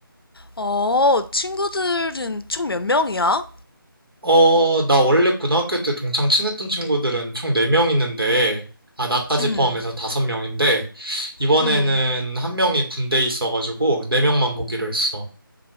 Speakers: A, on the left; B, on the right.
A: 어, 친구들은 총 몇 명이야?
B: 어, 나 원래 고등학교 때 동창 친했던 친구들은 총 4명 있는데, 아, 나까지
A: 응,
B: 포함해서 5명인데, 이번에는
A: 응.
B: 한 명이 군대에 있어가지고 4명만 보기로 했어.